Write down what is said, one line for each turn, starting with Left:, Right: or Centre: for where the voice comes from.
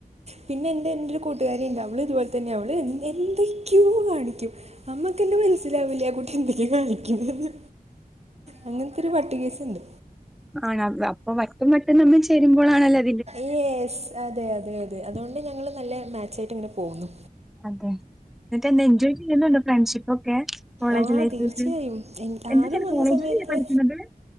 Right: പിന്നെ എന്റെ എന്റൊരു കൂട്ടുകാരിയിണ്ട് അവള് ഇതുപോലെ തന്നെയാ അവള് എ എന്തൊക്കെയോ കാണിക്കും. നമ്മക്കന്നേ മനസ്സിലാവൂലാ കുട്ടി എന്തൊക്കെയ കാണിക്കുന്നേന്ന്. അങ്ങനത്തൊരു ഒരു വട്ടുകേസുണ്ട്.
Centre: ആണോ അപ്പൊ വട്ടും വട്ടും തമ്മിൽ ചേരുമ്പോഴാണല്ലേ
Right: യെസ് അതെ അതെ അതെ അതൊണ്ട് ഞങ്ങള് നല്ല മാച്ചായിട്ടിങ്ങനെ പോകുന്നു.
Centre: അതെ എന്നിട്ടെന്താ എൻജോയ് ചെയ്യുന്നൊണ്ടൊ ഫ്രണ്ട്ഷിപ്പ് ഒക്കെ കോളേജ്
Right: ആ
Centre: ലൈഫൊക്കെ?
Right: തീർച്ചയായും എൻ-
Centre: എന്താച്ചാല്
Right: ആദ്യം വന്ന
Centre: കോളേജിലല്ലേ
Right: സമയത്ത്
Centre: പഠിക്കുന്നത്?